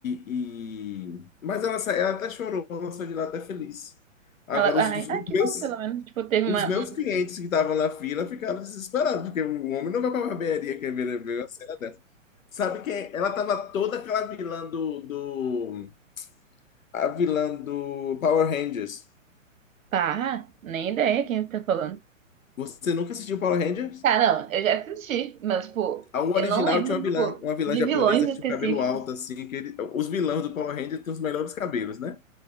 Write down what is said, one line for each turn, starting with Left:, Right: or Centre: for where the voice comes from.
Left: e, e- mas ela sa- ela até chorou, ela saiu de lá até feliz. Agora
Right: Ela,
Left: os
Right: ai,
Left: os
Right: ah, que
Left: meus
Right: bom, pelo menos, tipo, teve uma,
Left: Os meus
Right: um...
Left: clientes que estavam na fila ficaram desesperados, porque o homem não vai pra barbearia que ver, ver uma cena dessa. Sabe quem? Ela tava toda aquela vilã do, do. A vilã do Power Rangers.
Right: Pá, nem ideia quem tá falando.
Left: Você nunca assistiu Power Rangers?
Right: Tá, não, eu já assisti, mas, tipo,
Left: A o
Right: eu
Left: original
Right: não lembro,
Left: tinha uma
Right: tipo,
Left: vilã, uma vilã
Right: de
Left: japonesa
Right: vilões específicos.
Left: que tinha o cabelo alto, assim, que ele- os vilões do Power Rangers têm os melhores cabelos, né?